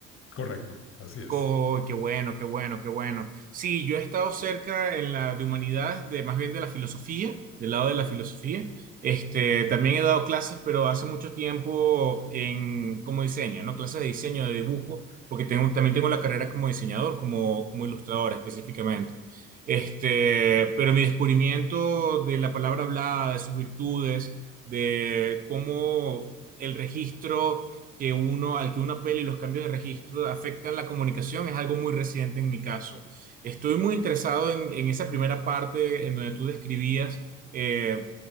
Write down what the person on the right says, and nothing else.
Co- qué bueno, qué bueno, qué bueno. Sí, yo he estado cerca en la de humanidades, de más bien de la filosofía, del lado de la filosofía. Este, también he dado clases, pero hace mucho tiempo en como diseño, ¿no? Clases de diseño, de dibujo, porque tengo, también tengo la carrera como diseñador, como, como ilustrador específicamente. Este, pero mi descubrimiento de la palabra hablada, de sus virtudes, de cómo el registro que uno, al que una peli y los cambios de registro afectan la comunicación es algo muy reciente en mi caso. Estoy muy interesado en, en esa primera parte en donde tú describías eh,